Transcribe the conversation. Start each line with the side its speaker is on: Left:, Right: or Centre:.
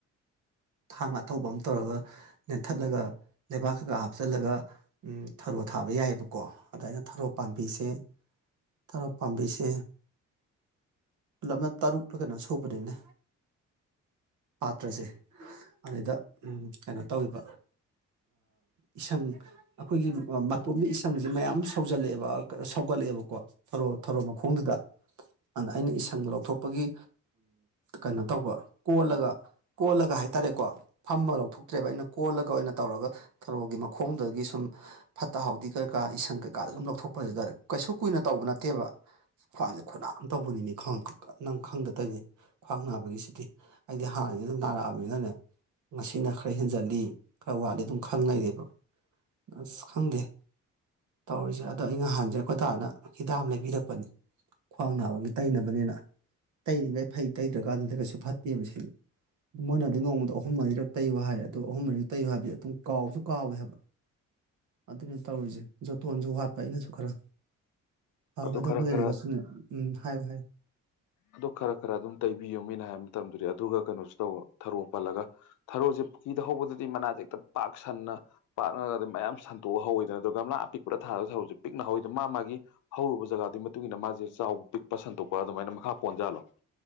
Right: ꯊꯥꯡ ꯑꯊꯧꯕ ꯑꯃ ꯇꯧꯔꯒ ꯂꯦꯟꯊꯠꯂꯒ ꯂꯩꯕꯥꯛ ꯀꯀꯥ ꯍꯥꯞꯆꯤꯜꯂꯒ ꯊꯔꯣ ꯊꯥꯕ ꯌꯥꯏꯑꯕꯀꯣ ꯑꯗꯨ ꯑꯩꯅ ꯊꯔꯣ ꯄꯥꯝꯕꯤꯁꯦ ꯊꯔꯣ ꯄꯥꯝꯕꯤꯁꯦ ꯄꯨꯂꯞꯅ ꯇꯔꯨꯛꯂ ꯀꯩꯅꯣ ꯁꯨꯕꯅꯤꯅ ꯄꯥꯇ꯭ꯔꯁꯦ ꯑꯗꯨꯗ ꯀꯩꯅꯣ ꯇꯧꯕ ꯏꯁꯪ ꯑꯩꯈꯣꯏꯒꯤ ꯃꯇꯣꯝꯕꯤ ꯏꯁꯪꯁꯦ ꯃꯌꯥꯝ ꯁꯧꯖꯜꯂꯛꯑꯦꯕ ꯁꯧꯒꯠꯂꯛꯑꯦꯕꯀꯣ ꯊꯔꯣ ꯃꯈꯣꯡꯗꯨꯗ ꯑꯗꯨꯗ ꯑꯩꯅ ꯏꯁꯪ ꯂꯧꯊꯣꯛꯄꯒꯤ ꯀꯩꯅꯣ ꯇꯧꯕ ꯀꯣꯜꯂꯒ ꯀꯣꯜꯂꯒ ꯍꯥꯏ ꯍꯥꯏꯔꯦꯀꯣ ꯐꯝꯃ ꯂꯧꯊꯣꯛꯇ꯭ꯔꯦꯕ ꯑꯩꯅ ꯀꯣꯜꯂꯒ ꯑꯣꯏꯅ ꯇꯧꯔꯒ ꯊꯔꯣꯒꯤ ꯃꯈꯣꯡꯗꯒꯤ ꯁꯨꯝ ꯐꯠꯇ ꯍꯥꯎꯊꯤ ꯀꯩꯀꯥ ꯏꯁꯪ ꯀꯩꯀꯥ ꯁꯨꯝ ꯂꯧꯊꯣꯛꯄ ꯍꯥꯏꯔ ꯀꯩꯁꯨ ꯀꯨꯏꯅ ꯇꯧꯕ ꯅꯠꯇꯦꯕ ꯈ꯭ꯋꯥꯡꯁꯦ ꯈꯨꯅꯥ ꯑꯃ ꯇꯧꯕꯅꯤ ꯅꯪ ꯈꯪꯗ ꯇꯣꯏꯅꯤ ꯈ꯭ꯋꯥꯡ ꯅꯥꯕꯒꯤꯁꯤꯗꯤ ꯑꯩꯗꯤ ꯍꯥꯟꯅꯩ ꯅꯥꯔꯛꯑ ꯑꯗꯨꯅꯅꯦ ꯉꯁꯤꯅ ꯈꯔ ꯍꯦꯟꯖꯜꯂꯤ ꯈꯔ ꯋꯥꯠꯂꯤ ꯑꯗꯨꯝ ꯈꯪꯅꯔꯕ ꯑꯁ ꯈꯪꯗꯦ ꯇꯧꯔꯤꯁꯦ ꯑꯗꯣ ꯑꯩ ꯅꯍꯥꯟꯁꯦ ꯑꯩꯈꯣꯏꯇꯥꯅ ꯍꯤꯗꯝ ꯂꯩꯕꯤꯔꯛꯄꯅꯤ ꯈ꯭ꯋꯥꯡ ꯅꯥꯕꯒꯤ ꯇꯩꯅꯅꯕꯅꯤꯅ ꯇꯩꯔꯤꯉꯩ ꯐꯩ ꯇꯩꯗ꯭ꯔꯀꯥꯟꯗꯨꯗ ꯀꯩꯁꯨ ꯐꯠꯇꯦꯕ ꯁꯤ ꯃꯣꯏꯅ ꯑꯗꯨ ꯅꯣꯡꯃꯗ ꯑꯍꯨꯝ ꯃꯔꯤꯔꯛ ꯇꯩꯌꯨ ꯍꯥꯏ ꯑꯗꯣ ꯑꯍꯨꯝ ꯃꯔꯤꯁꯨ ꯇꯩꯌꯨ ꯍꯥꯏꯕꯗꯤ ꯑꯗꯨꯝ ꯀꯥꯎꯕꯁꯨ ꯀꯥꯎꯋꯦ ꯍꯥꯏꯕ ꯑꯗꯨꯅ ꯇꯧꯔꯤꯁꯦ ꯖꯣꯇꯣꯟꯁꯨ ꯋꯥꯠꯄ ꯑꯩꯅꯁꯨ ꯈꯔ ꯐꯒꯗꯕ
Left: ꯑꯗꯨ ꯈꯔ
Right: ꯂꯩꯔꯒꯁꯨꯅꯦ
Left: ꯈꯔ
Right: ꯎꯝ ꯍꯥꯏꯌꯨ ꯍꯥꯏꯌꯨ
Left: ꯑꯗꯨ ꯈꯔ ꯈꯔ ꯑꯗꯨꯝ ꯇꯩꯕꯤꯌꯣ ꯃꯤꯅ ꯍꯥꯏꯕ ꯃꯇꯝꯝꯗꯗꯤ ꯑꯗꯨꯒ ꯀꯩꯅꯣꯁꯨ ꯇꯧꯕ ꯊꯔꯣ ꯄꯜꯂꯒ ꯊꯔꯣꯁꯦ ꯄꯨꯀꯤꯗ ꯍꯧꯕꯗꯗꯤ ꯃꯅꯥꯁꯦ ꯍꯦꯛꯇ ꯄꯥꯛꯁꯟꯅ ꯄꯥꯛꯅꯒ ꯑꯗꯨꯝ ꯃꯌꯥꯝ ꯁꯟꯇꯣꯛꯍꯧꯋꯗꯅ ꯑꯗꯨꯒꯒ ꯃꯥ ꯑꯄꯤꯛꯄꯗꯥꯔꯁꯦ ꯄꯤꯛꯅ ꯍꯧꯋꯏꯗꯣ ꯃꯥ ꯃꯥꯒꯤ ꯍꯧꯔꯨꯕ ꯖꯒꯥꯗꯨꯒꯤ ꯃꯇꯨꯡ ꯏꯟꯅ ꯃꯥꯁꯦ ꯆꯥꯎꯕ ꯄꯤꯛꯄ ꯁꯟꯇꯣꯛꯄ ꯑꯗꯨꯃꯥꯏꯅ ꯃꯈꯥ ꯄꯣꯟꯖꯥꯜꯂꯣ